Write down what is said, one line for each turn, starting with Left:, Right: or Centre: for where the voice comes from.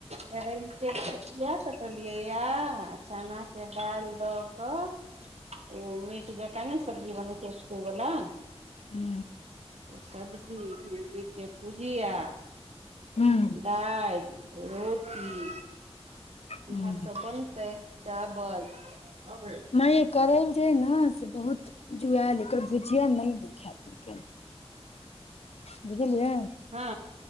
Right: रके कििया कटलियैए चनाके दालि दऽ कऽ ओ मिट तने सब्जी बनै छैष्ोवला
Left: हूँ
Right: सब्जी भडी भुजिया
Left: हूँ
Right: दालि रोटी
Left: हूँ
Right: भात सब बनतै चावल नहि
Left: माँ ये करैइल छै ने से बहुत जुआयल लेकर बुझिय नहि निख है बुझलियै
Right: हँ